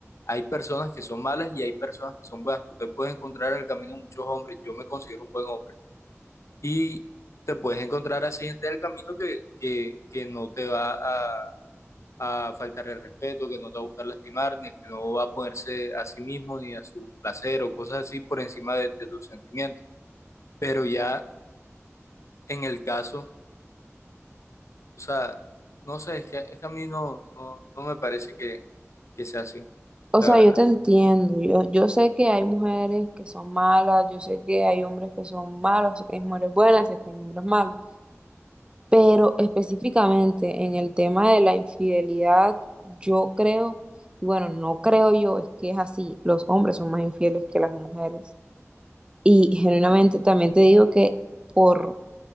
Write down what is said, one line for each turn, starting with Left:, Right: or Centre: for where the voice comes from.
Left: hay personas que son malas y hay personas que son buenas. Tú te puedes encontrar en el camino muchos hombres, yo me considero un buen hombre Y te puedes encontrar así gente del camino que, que, que no te va a, a faltar el respeto, que no te va a buscar lastimar, ni que no va a ponerse a sí mismo ni a su placer o cosas así por encima de, de tus sentimientos. Pero ya en el caso, o sea, no sé, es que, es que a mí no, no, no me parece que, que sea así,
Right: O
Left: la
Right: sea,
Left: verdad.
Right: yo te entiendo, yo, yo sé que hay mujeres que son malas, yo sé que hay hombres que son malos, sé que hay mujeres buenas, sé que hay hombres malos. Pero específicamente en el tema de la infidelidad, yo creo, y bueno, no creo yo, es que es así, los hombres son más infieles que las mujeres. Y genuinamente también te digo que por,